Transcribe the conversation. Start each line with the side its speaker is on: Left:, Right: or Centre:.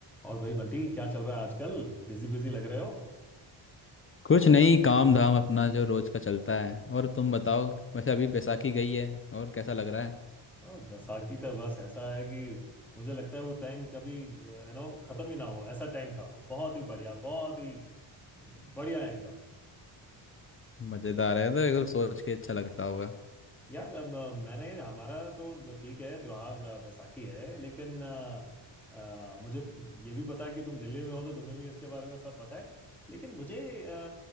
Centre: और भाई बंटी क्या चल रहा है आजकल बिजी बिजी लग रहे हो
Left: कुछ नहीं काम धाम अपना जो रोज का चलता है और तुम बताओ वैसे अभी बैसाखी गई है और कैसा लग रहा है
Centre: अ, बैसाखी तो बस ऐसा है कि मुझे लगता है वो टाइम कभी यू नो खत्म ही ना हो ऐसा टाइम था वो बहुत ही बढ़िया बहुत ही बढ़िया एकदम
Left: मजेदार है तो एकदम सोच के अच्छा लगता होगा
Centre: यार अब, अ, मैंने हमारा तो ठीक है त्योहार अ, बैसाखी है लेकिन अ, अ, मुझे ये भी पता है कि तुम दिल्ली में हो तो तुम्हें भी इसके बारे में सब पता है लेकिन मुझे अ,